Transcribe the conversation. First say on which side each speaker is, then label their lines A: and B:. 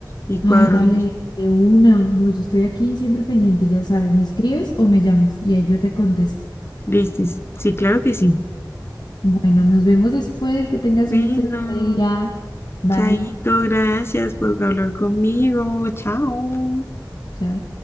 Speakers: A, on the left; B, on the left.
A: y
B: Ay,
A: cuadramos.
B: dale, de una. No, yo estoy aquí siempre pendiente, ya sabes, me escribes o me llamas y ahí yo te contesto.
A: Listis. Sí, claro que sí.
B: Bueno, nos vemos después. Que tengas
A: vino
B: un excelente día. Bye.
A: Chaito, gracias por hablar conmigo. Chao.
B: Chao.